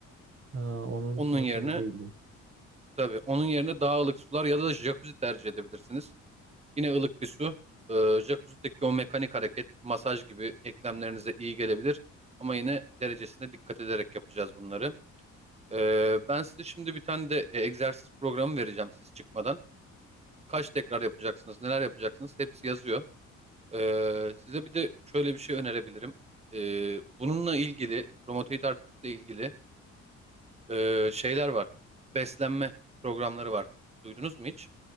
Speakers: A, on the right; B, on the right.
A: Ha, onun
B: Onun
A: farkında
B: yerine
A: değildim.
B: tabii onun yerine daha ılık sular ya da jacuzzi tercih edebilirsiniz. Yine ılık bir su. Ee, jacuzzi'deki o mekanik hareket, masaj gibi eklemlerinize iyi gelebilir. Ama yine derecesine dikkat ederek yapacağız bunları. Ee, ben size şimdi bir tane de e, egzersiz programı vereceğim siz çıkmadan. Kaç tekrar yapacaksınız, neler yapacaksınız hepsi yazıyor. Ee, size bir de şöyle bir şey önerebilirim. Ee, bununla ilgili, romatoid artritle ilgili Ee, şeyler var. Beslenme programları var. Duydunuz mu hiç?